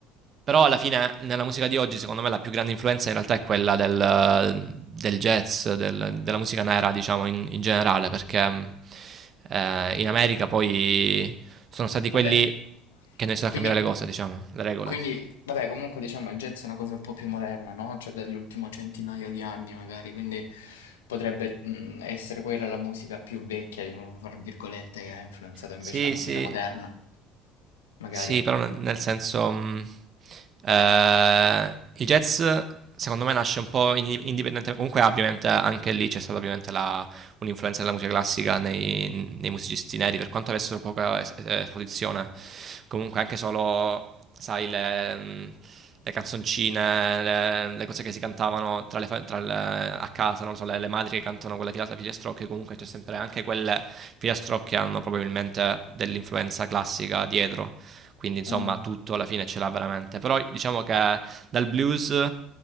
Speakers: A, on the right; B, on the left.
A: però alla fine nella musica di oggi, secondo me, la più grande influenza in realtà è quella del, del jazz, del- della musica nera, diciamo, in, in generale, perché mh, eh, in America poi sono stati quelli
B: Vabbè.
A: che hanno iniziato
B: quindi
A: a cambiare le cose, diciamo, le regole.
B: Quindi, vabbè, comunque diciamo il jazz è una cosa un po' più moderna, no? Cioè dell'ultimo centinaio di anni magari, quindi potrebbe mh, essere quella la musica più vecchia, di nuovo, fra virgolette, che ha influenzato invece
A: Sì,
B: la musica
A: sì,
B: moderna, magari.
A: Sì, però nel nel senso, mhmm, ehm, il jazz secondo me nasce un po' indi indipendente comunque ovviamente anche lì c'è stata ovviamente la un'influenza della musica classica nei nei musicisti neri, per quanto avessero poca es ehm, esposizione. Comunque anche solo, sai, le mhmm, le canzoncine, le le cose che si cantavano tra le fa tra le a casa, non lo so, le le madri che cantano quella filata filastrocche, comunque c'è sempre anche quelle filastrocche che hanno probabilmente dell'influenza classica dietro quindi insomma
B: Mm.
A: tutto alla fine ce l'ha veramente. Però diciamo che dal blues,